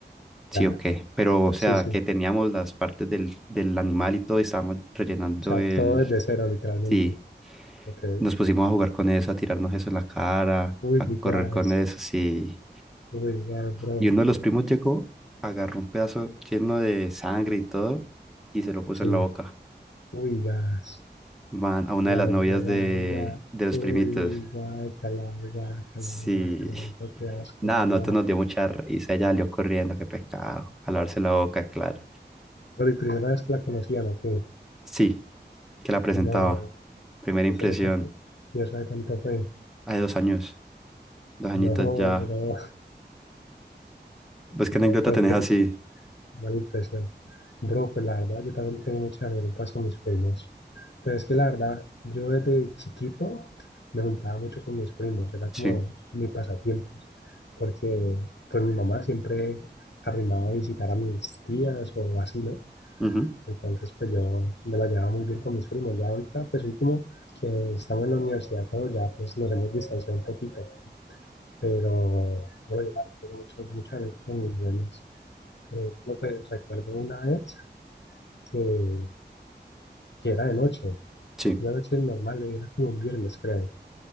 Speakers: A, in the centre; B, on the left.
A: sí
B: Ya,
A: o qué, pero o sea
B: sí, sí.
A: que teníamos las partes del, del animal y todo y estábamos rellenando
B: O sea,
A: el...
B: todo desde cero, literalmente.
A: Sí,
B: Ok.
A: nos pusimos a jugar con eso, a tirarnos eso en la cara,
B: Uy,
A: a correr
B: gas.
A: con eso, sí.
B: Uy, gas, bro.
A: Y uno de los primos llegó, agarró un pedazo lleno de sangre y todo y se lo puso
B: Sí.
A: en la boca.
B: Uy, gas.
A: Man, a una
B: Gas,
A: de las novias
B: bro,
A: de,
B: gas, gas.
A: de los
B: Uy,
A: primitos.
B: guácala, guácala,
A: Sí.
B: guácala.
A: <laughs>
B: Creo que asco,
A: Nada,
B: la verdad.
A: nosotros nos dio mucha risa. Ella salió corriendo, qué pecado. A lavarse la boca, claro.
B: Bueno, y primera vez que la conocían, ¿o qué?
A: Sí, que la presentaba.
B: No.
A: Primera
B: ¿Y
A: impresión.
B: eso hace cuánto? ¿Y eso hace cuánto fue?
A: Hace dos años. Dos añitos
B: No, no,
A: ya. ¿Ves qué
B: bro,
A: anécdota
B: pero
A: tenés
B: qué,
A: así?
B: qué mala impresión. Bro, pues la verdad, yo también tengo muchas anécdotas con mis primos. Pero es que la verdad, yo desde chiquito me juntaba mucho con mis primos, era como
A: Sí.
B: mi pasatiempos, porque pues mi mamá siempre arrimaba a visitar a mis tías o así, ¿no?
A: ujú,
B: Entonces, pues yo me la llevaba muy bien con mis primos. Ya ahorita, pues último, que estamos en la universidad todos, ya pues nos hemos distanciado un poquito, pero bueno, ya tengo muchos, muchas anécdotas muy buenas. Por ejemplo, pues recuerdo una vez que que era de noche,
A: Sí.
B: una noche normal, era como un viernes, creo.